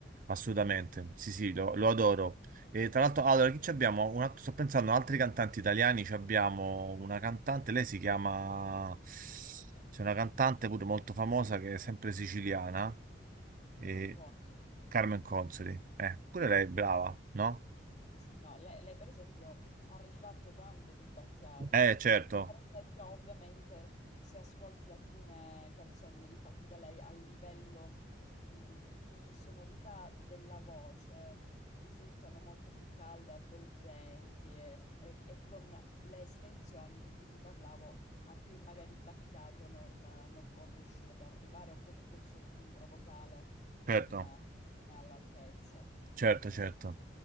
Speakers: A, on the right; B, on the left.
A: assolutamente. Sì, sì, lo, lo adoro. E tra l'altro, allora, chi ci abbiamo? Un altro- sto pensando, a altri cantanti italiani, ci abbiamo una cantante, lei si chiama... C'è una cantante pure molto famosa che è sempre siciliana, e
B: Carmen Conso?
A: Carmen Consoli. Eh, pure
B: <laughs>
A: lei è brava, no?
B: Sì, sì, no, lei, lei, per esempio ha rifatto tanto di Battiato.
A: Eh, certo,
B: Per esempio, ovviamente, se ascolti alcune canzoni rifatte da lei a livello mh, di sonorità della voce risultano molto più calde, avvolgenti e, e- e con le estensioni di cui ti parlavo, a cui magari Battiato non, non può riuscire ad arrivare o comunque il suo timbro vocale non
A: certo.
B: è all'altezza.
A: Certo,
B: Eh,
A: certo.